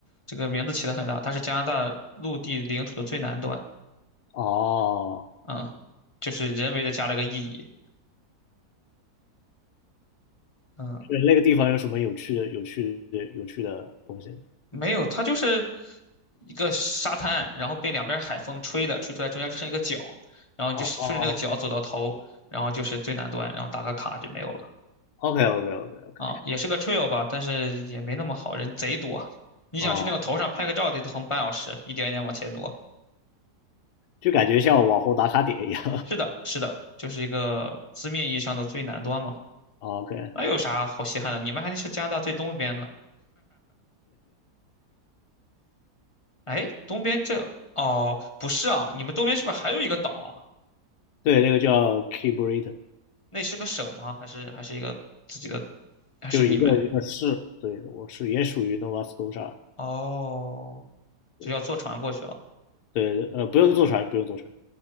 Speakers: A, on the left; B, on the left.
A: 这个名字起的很大，它是加拿大陆地领土的最南端，
B: 哦。
A: 啊、就是人为的加了个意义，嗯，
B: 就是那个地方有什么有趣的、有趣的、有趣的东西吗？
A: 没有，它就是一个沙滩，然后被两边海风吹的，吹出来中间就剩一个角，然后你就顺着那个角走到头，
B: 哦哦
A: 然后就是最南端，然后打个卡就没有了。
B: ，OK OK OK OK，
A: 啊，也是个 trail 吧，但是也没那么好，人贼多。你想去那个头上拍个照，
B: 哦，
A: 得横半小时，一点一点往前挪。
B: 就感觉像网红打卡点一样。
A: 是的，是的，就是一个字面意义上的最南端嘛。
B: <laughs> 哦 OK，
A: 那有啥好稀罕的？你们还是加拿大最东边呢。哎，东边这，哦，不是啊，你们东边是不是还有一个岛啊？
B: 对，那个叫 k e y b r i t a i n
A: 那是个省吗？还是还是一个自己的？还是你们？
B: 就是一个一个市，对，我是也属于 Nova Scotia，
A: 哦，
B: 对
A: 就要坐船过去了。
B: 对，呃，不用坐船，不用坐船，